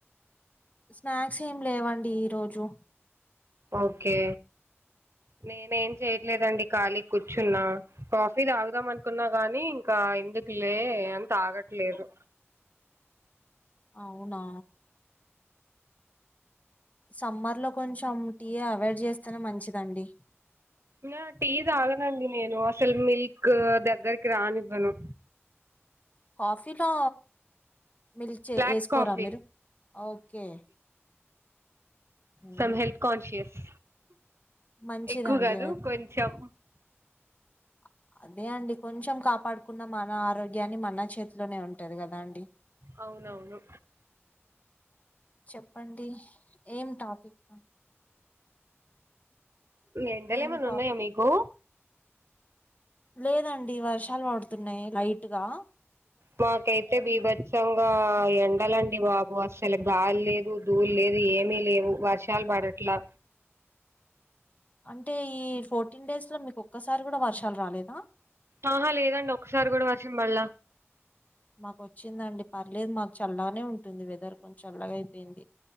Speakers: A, on the left (about 35°); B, on the right (about 65°).
A: స్నాక్స్ ఏం లేవండి ఈ రోజు
B: ఓకే నేనేం చెయట్లేదండి ఖాళీ కూర్చున్నా కాఫీ తాగుదామనుకున్న గానీ ఇంకా ఎందుకులే అని తాగట్లేదు.
A: అవునా సమ్మర్ లో కొంచెం టీ అవాయిడ్ చేస్తేనే మంచిదండి
B: నా టీ తాగనండి నేను అసలు మిల్క్ దగ్గరికి రానివ్వను
A: కాఫీ లో మిల్క్ చే
B: బ్లాక్
A: వేసుకోరా
B: కాఫీ
A: మీరు ఓకే మ్మ్.
B: తం హెల్త్ కాన్షియస్
A: మంచిదండి
B: ఎక్కు కాదు కొంచెం
A: అ అదే అండి కొంచెం కాపాడుకున్న మన ఆరోగ్యాన్ని మన చేతిలోనే ఉంటది కదా అండి
B: అవునవును
A: చెప్పండి ఏం టాపిక్
B: ఎండలు
A: ఏం
B: ఏమన్నా
A: టాపిక్
B: ఉన్నాయా మీకు
A: లేదండి వర్షాలు పడుతున్నాయి లైట్గా
B: మాకైతే బీభచ్చంగా ఎండాలండి బాబు అసలు అసల గాలి లేదు ధూలీ లేదు ఏమి లేవు వర్షాలు పడట్లా
A: అంటే ఈ ఫోర్టీన్ డేస్ లో మీకు ఒక్కసారి కూడా వర్షాలు రాలేదా
B: ఆహా లేదండి ఒక్కసారి కూడా వర్షం బళ్ళ
A: మాకు వచ్చిందండి పర్లేదు మాకు చల్లగానే ఉంటుంది. వెదర్ కొంచెం చల్లగా అయిపోయింది.